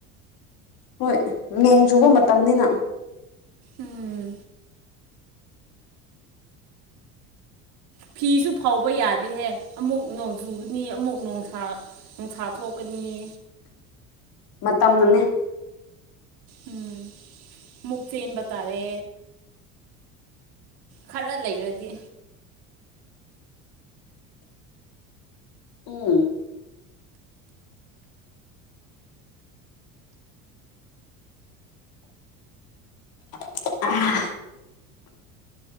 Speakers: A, on the left; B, on the right.
A: ꯍꯣꯏ ꯅꯣꯡ ꯆꯨꯕ ꯃꯇꯝꯅꯤꯅ
B: ꯎꯝ ꯐꯤꯁꯨ ꯐꯥꯎꯕ ꯌꯥꯗꯦꯍꯦ ꯑꯃꯨꯛ ꯅꯣꯡꯖꯨꯒꯅꯤ ꯑꯃꯨꯛ ꯅꯣꯡꯁꯥ ꯅꯨꯡꯁꯥ ꯊꯣꯛꯀꯅꯤꯌꯦ
A: ꯃꯝꯅꯅꯦ
B: ꯎꯝ ꯃꯨꯛꯇ ꯆꯅꯕꯇꯥꯔꯦ ꯈꯔ ꯂꯩꯔꯗꯤ
A: ꯎꯝ <unintelligible>